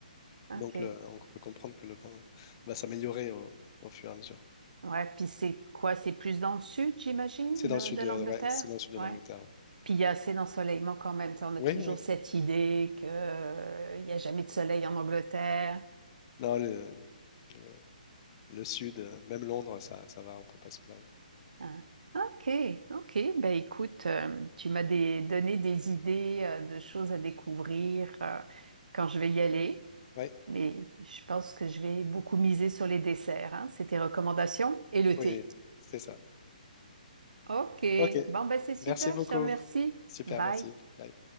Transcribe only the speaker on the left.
Donc, le- on peut comprendre que le vin va s'améliorer au, au fur et à mesure.
C'est dans
le sud,
euh, ouais, c'est dans le sud de
l'Angleterre. ouais.
Oui,
oui.
Non, le, le, le sud, euh, même Londres, ça, ça va, on peut pas se plaindre.
Ouais,
oui,
c'est ça.
Ok,
merci beaucoup.
Super,
merci. Bye.